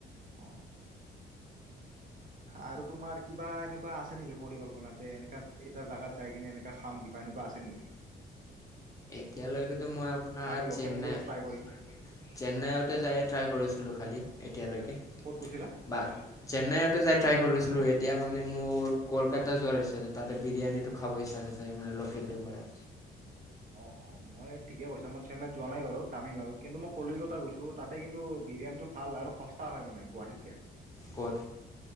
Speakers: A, on the right; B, on the left.
A: অ আৰু তোমাৰ কিবা এনেকুৱা আছে নেকি পৰিকল্পনা যে এনেকা এটা জেগাত যাই কিনে এনেকৈ খাম কিবা এনেকুৱা আছে নেকি
B: এতিয়ালৈকেতো মই আপোনাৰ
A: তাৰে লোকেল
B: চেন্নাইত
A: ফুডছ ট্ৰাই কৰিম
B: চেন্নাইতে যায়ে ট্ৰাই কৰিছিলো খালি এতিয়ালৈকে
A: ক'ত গৈছিলা
B: বা চেন্নাইতো যায় ট্ৰাই লৈছিলো এতিয়া মানে মোৰ কলকাত যোৱাৰ ইচ্ছা আছে তাতে বিৰিয়ানীটো খাব ইচ্ছা আছে মানে লোকেল টো <unintelligible>
A: অৱ অৱ মই ঠিকে কৈছো মই চেন্নাইত যোৱা নাই বাৰু তামিলনাডুত কিন্তু মই কলিকতা গৈছো তাতে কিন্তু বিৰিয়ানীটো ভাল আৰু সস্তা হয় মানে গুৱাহাটীতকে
B: ক'ত